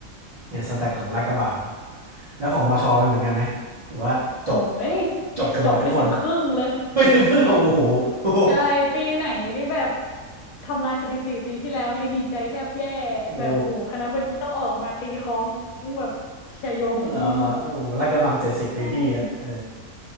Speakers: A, on the right; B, on the left.
A: เนี่ยสแตทของลาดกระบังแล้วของมอชอไปเหมือนกันไหมหรือว่าจบ
B: โอ้ย
A: จบกันหมดทุกคน
B: จบไม่ถึงครึ่งเลย
A: ไม่ถึงครึ่งเหรอโอ้โห <laughs>
B: ใช่ปีไหนนี่แบบทำลายสถิติปีที่แล้วนี่ดีใจแทบแย่แบบโอ้โหคณะบดีต้องออกมาตีค้อง
A: โอ้โห
B: แบบชัยโยโหหิ้ว
A: เหรอโอ้โหลาดกระบังเจ็ดสิบปีพี่อ่ะเออ
B: ใช่